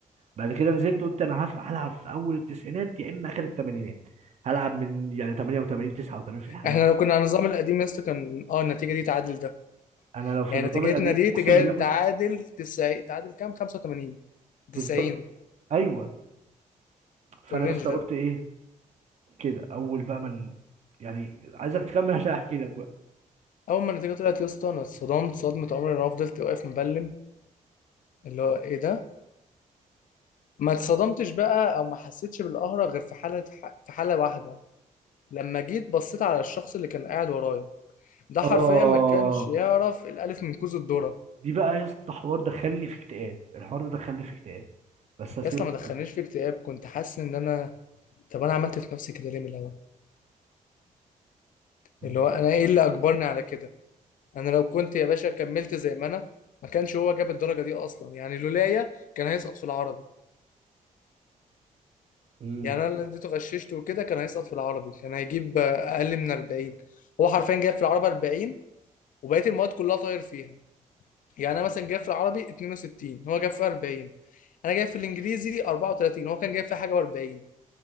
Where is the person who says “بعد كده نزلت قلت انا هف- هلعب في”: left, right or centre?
Right